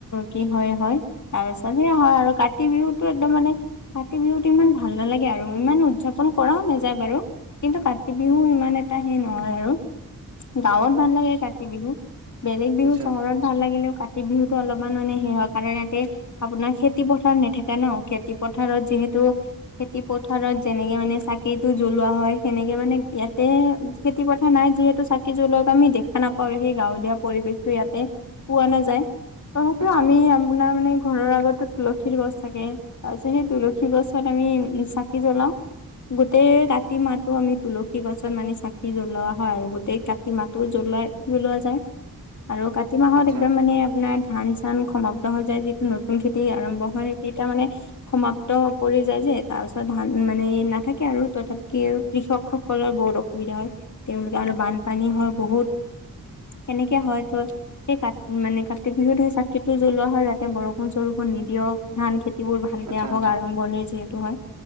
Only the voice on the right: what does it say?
আচ্ছা
আচ্ছা
আচ্ছা
আচ্ছা
আচ্ছা